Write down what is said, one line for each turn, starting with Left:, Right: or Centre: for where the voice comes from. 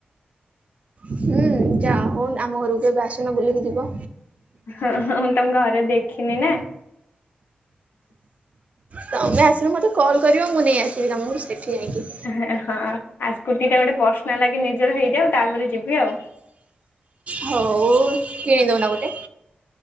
Right: ହୁଁ ଯାହଉ ଆମ ଘରକୁ ଏବେ ଆସନ ବୁଲିକି ଯିବ?
Left: ହଁ ହଁ ମୁଁ ତମ ଘରେ ଦେଖିନିନା।
Right: ତମେ ଆସିଲେ ମତେ କଲ୍ କରିବ ମୁଁ ନେଇ ଆସିବି ତମକୁ ସେଠି ଯାଇକି।
Left: ହଁ ଆଉ ସ୍କୁଟିଟା ଗୋଟେ ପର୍ସନାଲାଗି ନିଜର ହେଇଯାଉ ତାପରେ ଯିବି ଆଉ।
Right: ହଉ କିଣିଦଉନ ଗୋଟେ?